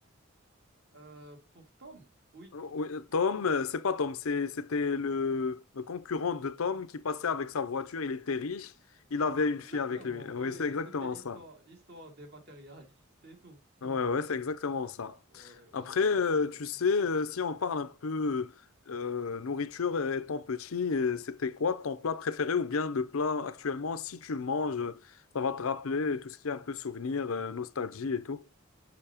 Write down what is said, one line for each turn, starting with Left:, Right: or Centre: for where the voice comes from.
Right: Euh, pour Tom, oui,
Left: Oh, Oui, Tom, euh, c'est pas Tom, c'est- c'était le, le concurrent de Tom qui passait avec sa voiture, il était riche, il avait une
Right: exactement.
Left: fille avec lui. Oui,
Right: Oui,
Left: c'est exactement
Right: c'était l'histoire,
Left: ça.
Right: l'histoire des matérialistes et tout.
Left: Ouais,
Right: <laughs>
Left: ouais, c'est exactement ça.
Right: Ouais,
Left: Après,
Right: je me
Left: euh,
Right: rappelle de
Left: tu
Right: ça.
Left: sais, euh, si on parle un peu euh, nourriture euh, étant petit, euh, c'était quoi ton plat préféré ou bien le plat actuellement, si tu le manges, euh, ça va te rappeler tout ce qui est un peu souvenir, euh, nostalgie et tout.